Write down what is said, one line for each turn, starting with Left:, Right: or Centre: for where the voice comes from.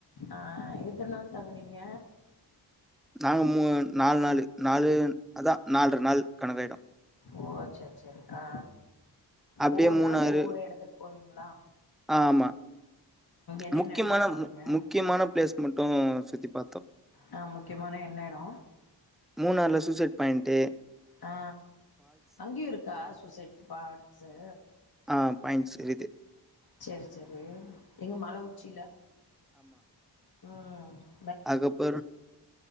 Left: அ எத்தன நாள் தங்னீங்க
Centre: நாங்க மூ நாலு நாலு நாலு அதா நால்ர நாள் கணக்காயிடு
Left: ஓ செரி செரி ஆ
Centre: அப்டியே
Left: ஒவ்வொரு
Centre: மூணாறு
Left: நாள் ஒவ்வொரு எடத்துக்கு போவீங்ளா
Centre: ஆமா
Left: என்னென்ன
Centre: முக்கியமான
Left: எடத்துக்கு போனீங்க
Centre: மு முக்கியமான பிளேஸ் மட்டு சுத்தி பாத்தோ
Left: ஆ முக்கியமான என்ன எடோ
Centre: மூணாறுல சூசைட் பாயின்ட்டு
Left: ஆ அங்கேயு இருக்கா சூசைட் பாட்ஸு
Centre: ஆ பாயின்ஸ் இருக்கு
Left: சேரி சேரி எங்க மழ உச்சியில உம்
Centre: அதுக்கப்பறோ